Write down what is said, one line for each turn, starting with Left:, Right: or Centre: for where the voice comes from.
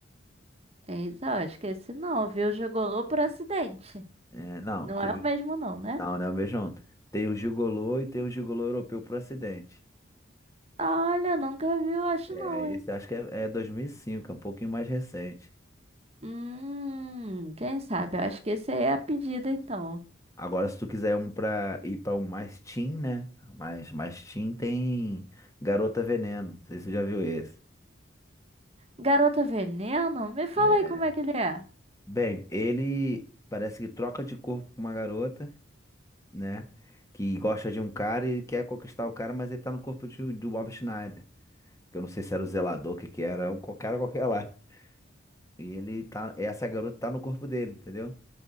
Right: Eita, eu acho que esse não, viu? Gigolô por acidente.
Left: É, não,
Right: Não
Left: tu
Right: é
Left: viu?
Right: o mesmo, não, né?
Left: Não, não é o mesmo. Tem o gigolô e tem o gigolô europeu pro acidente.
Right: Olha, nunca vi, eu acho,
Left: É,
Right: não, hein?
Left: esse acho que é, é 2005, é um pouquinho mais recente.
Right: Hum, quem sabe? Eu acho que esse aí é a pedida, então.
Left: Agora, se tu quiser um pra ir pra um mais teen, né? Mais, mais teen tem Garota Veneno. Não sei se você já viu esse.
Right: Garota Veneno? Me fala
Left: né?
Right: aí como é que ele é.
Left: Bem, ele parece que troca de corpo com uma garota, né? Que gosta de um cara e ele quer conquistar o cara, mas ele tá no corpo de, do Bob Schneider. Que eu não sei se era o zelador, o que que era, um co- cara qualquer lá. E ele tá, essa garota tá no corpo dele, entendeu?